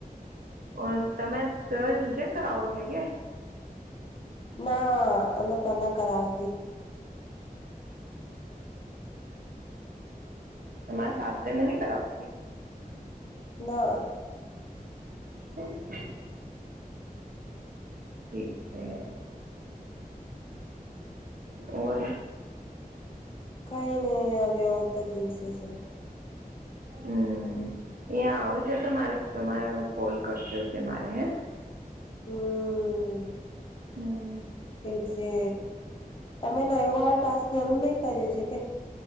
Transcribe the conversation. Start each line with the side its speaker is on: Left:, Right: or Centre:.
Right: ઓ તમે ત ટ્યુશન કરાવો છે કે
Left: ના અને પલા કરાવ
Right: બ હમરે સાથેે મ ન કરાવો
Left: ના
Right: હ. ઠીક છે. ઓર.
Left: કઈ નહીં આવેવે હો તો ઠીક છે સર.
Right: હમ. એ આવો છે તો મારે તમારે કોલ કરજ હશે મારે હે.
Left: હમ્મ.
Right: હમ.
Left: ઠીક છે તમે નવો ટાસક જરૂર નહી કર્યો છે કે.